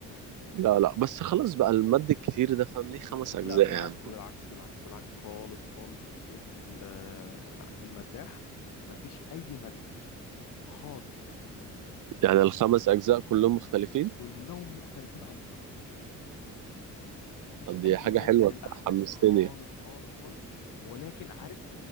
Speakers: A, on the right; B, on the left.
A: لا لا بس خلاص بقى المد الكتير ده فاهم ليه خمس أجزاء
B: لا بالعكس
A: يعني
B: بالعكس بالعكس بالعكس خالص خالص ان ال- آه، المداح ما فيش اي مد خالص
A: يعني الخمس أجزاء كلهم مختلفين
B: كلهم مختلفين عن بعض مفيش
A: طب دي
B: اي
A: حاجة
B: مد
A: حلوة
B: للاحداث
A: حمستني
B: خالص خالص خالص ولكن عارف